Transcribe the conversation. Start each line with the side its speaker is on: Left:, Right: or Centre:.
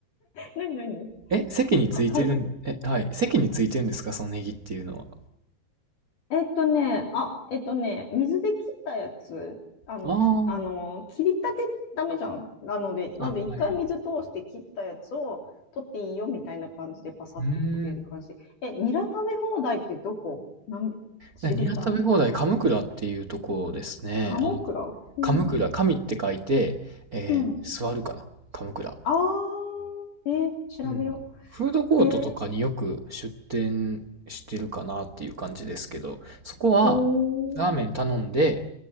Left: 何何
Right: え、席についてるん、
Left: あ、<laughs> 考
Right: え、はい。席についてるんですか、そのネギっていうのは。
Left: えっとね、あ、えっとね、水で切ったやつ、あの、
Right: あ
Left: き、あの、切りたてダメじゃん。なので、なので、
Right: あ、
Left: 一回水通して切ったやつを取っていいよみたいな感じでパサってくれる感じ。
Right: あ、はいはい。うーん。
Left: え、ニラ食べ放題ってどこなん知りたい。
Right: でニラ食べ放題、鎌倉っていうところですね。
Left: 鴨倉うん。
Right: あの、鎌倉、神って書いて、えー座るかな。
Left: うん。
Right: 鎌倉。
Left: あー、えー調べよ
Right: うん。フードコートとかによく出店してるかなっていう感じですけど、
Left: う。えー、
Right: そこはラーメン頼んで、
Left: おー